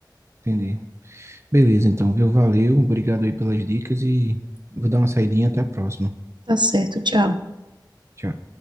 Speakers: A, on the right; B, on the right.
A: Entendi. Beleza, então, viu? Valeu, obrigado aí pelas dicas e vou dar uma saidinha, até a próxima.
B: Tá certo, tchau.
A: Tchau.